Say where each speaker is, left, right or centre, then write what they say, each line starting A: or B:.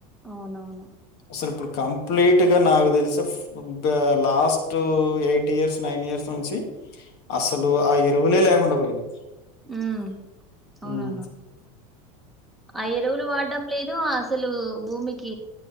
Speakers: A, in the centre; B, on the left.
A: అవునవును
B: అసలు ఇప్పుడు కంప్లీట్గా నాకు తెలిసి వద్దుగ last eight years nine years నుంచి అసలు ఆ ఎరువులే లేకుండా పోయింది
A: ఉమ్ అవునన్నా
B: హ్మ్.
A: ఆ ఎరువులు వాడ్డం లేదు లు అసలు భూమికి